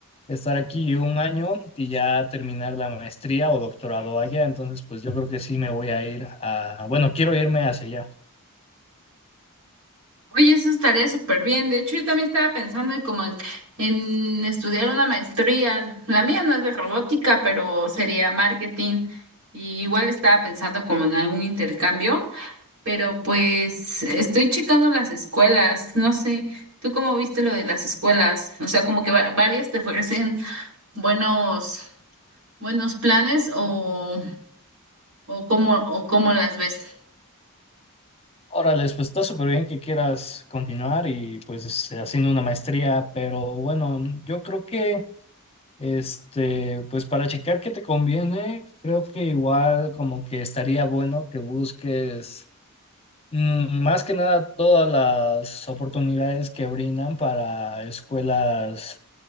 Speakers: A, on the left; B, on the right.
A: estar aquí un año y ya terminar la maestría o doctorado allá, entonces pues yo creo que sí me voy a ir a, bueno, quiero irme hacia allá.
B: Oye, eso estaría súper bien. De hecho, yo también estaba pensando en como en, en estudiar una maestría. La mía no es de robótica, pero sería marketing. Y igual estaba pensando como en algún intercambio. pero pues estoy checando las escuelas, no sé, ¿tú cómo viste lo de las escuelas? O sea, como que va- varias te ofrecen buenos, buenos planes o, o cómo, o cómo las ves.
A: Órale, pues está súper bien que quieras continuar y pues este, haciendo una maestría, pero bueno, yo creo que... Este, pues para checar qué te conviene, creo que igual como que estaría bueno que busques mm, más que nada todas las oportunidades que brindan para escuelas